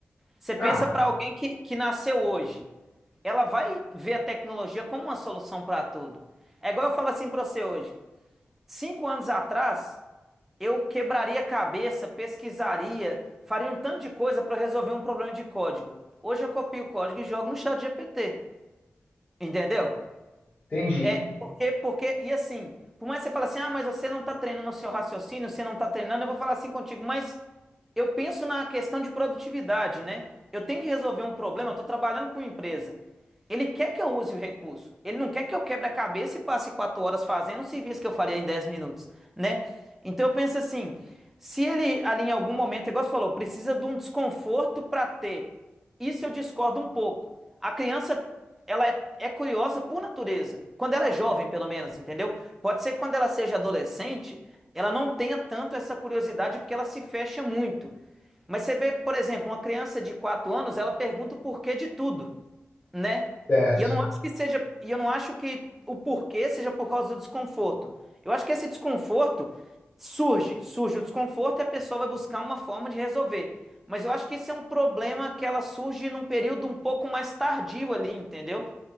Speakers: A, in the centre; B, on the left.
A: Você pensa
B: Ah,
A: para alguém que, que nasceu hoje, ela vai ver a tecnologia como uma solução para tudo. É igual eu falo assim para você hoje. Cinco anos atrás, eu quebraria a cabeça, pesquisaria, faria um tanto de coisa para resolver um problema de código. Hoje eu copio o código e jogo no chat GPT, entendeu?
B: Entendi.
A: É, porque, porque, e assim, por mais que você fale assim, ah, mas você não está treinando o seu raciocínio, você não está treinando, eu vou falar assim contigo, mas eu penso na questão de produtividade, né? Eu tenho que resolver um problema, eu estou trabalhando com uma empresa. Ele quer que eu use o recurso. Ele não quer que eu quebre a cabeça e passe quatro horas fazendo um serviço que eu faria em 10 minutos, né? Então eu penso assim, se ele ali em algum momento, igual você falou, precisa de um desconforto para ter, isso eu discordo um pouco. A criança ela é, é curiosa por natureza. Quando ela é jovem, pelo menos, entendeu? Pode ser que quando ela seja adolescente, ela não tenha tanto essa curiosidade porque ela se fecha muito. Mas você vê, por exemplo, uma criança de 4 anos, ela pergunta o porquê de tudo, né?
B: Certo.
A: E eu não acho que seja, e eu não acho que o porquê seja por causa do desconforto. Eu acho que esse desconforto surge, surge o desconforto e a pessoa vai buscar uma forma de resolver. Mas eu acho que isso é um problema que ela surge num período um pouco mais tardio ali, entendeu?